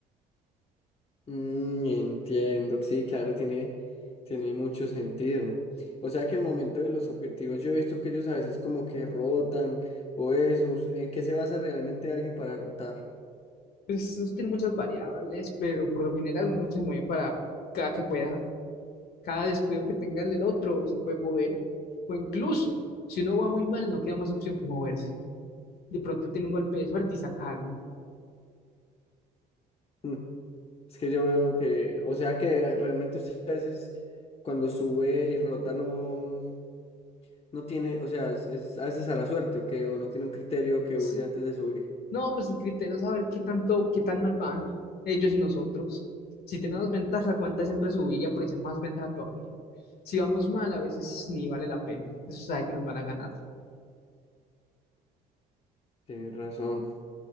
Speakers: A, on the left; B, on the left.
A: Mm, entiendo, sí, claro, tiene, tiene mucho sentido. O sea que al momento de los objetivos yo he visto que ellos a veces como que rotan o eso. ¿En qué se basa realmente alguien para rotar?
B: Pues eso tiene muchas variables, pero por lo general uno se mueve para cada que pueda. Cada descuido que tenga el del otro se puede mover. O incluso, si uno va muy mal, no queda más opción que moverse. De pronto tiene un golpe de suerte y saca algo.
A: Mm, es que yo veo que, o sea que realmente usted a veces cuando sube y rota no, no tiene, o sea, es, es a veces a la suerte o que o no tiene un criterio que
B: Sí.
A: use antes de subir.
B: No, pues el criterio es saber qué tanto, qué tan mal van ellos y nosotros. Si tenemos ventaja, cuánta siempre subir y aprovechar más ventaja todavía. Si vamos mal, a veces ni vale la pena. Eso sabe que nos van a ganar.
A: Tienes razón.